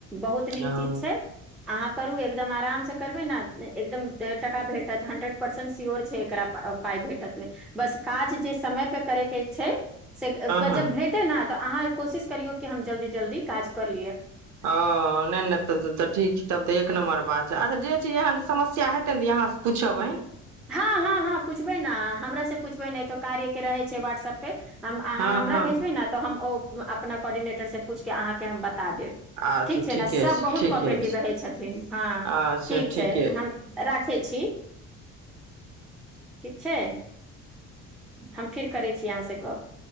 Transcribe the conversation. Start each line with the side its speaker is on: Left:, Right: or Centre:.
Centre: बहुत नीक
Right: हँ
Centre: चीज छै अहाँ करु एकदम आराम से करबै ने एकदम का भेटत हंड्रेड परसेंट स्योर छै एकरा पााय भेटत नहि बस काज जे समय पर करैके छै से
Right: हँ
Centre: जब भेटे न तऽ अहाँ कोशिश करियौ कि हम जल्दी जल्दी काज कर लियै
Right: ओ नहि नहि तऽ ठीक तब तऽ एक नम्बर बात छै अच्छा जे जेहन समस्या हैतय न यहां से पुछबैन
Centre: हँ हँ हँ पूछबै ने हमरा से पूछबै ने तो कार्य के रहै छै व्हाटसऐप पे हम अहाँ
Right: हँ
Centre: हमरा
Right: हँ
Centre: भेजबै ने तऽ हम ओ अपना कोर्डिनेटर से पूछ के अहाँ के हम बता बता देब
Right: अच्छा
Centre: ठीक छै
Right: ठीके
Centre: ने सब
Right: छै
Centre: बहुत
Right: ठीके
Centre: कोपरेटिव
Right: छै
Centre: रहै छथिन हँ
Right: अच्छा
Centre: ठीक छै
Right: ठीके
Centre: हम राखै छी ठीक छै हम फिर करै छी अहाँसँ गप